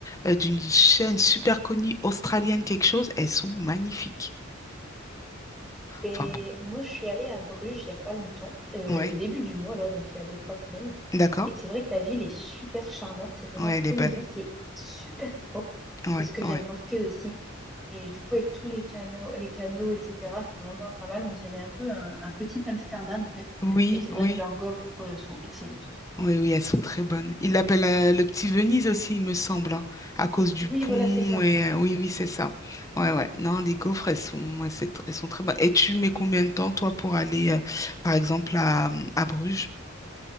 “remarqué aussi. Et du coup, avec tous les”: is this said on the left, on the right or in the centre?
Centre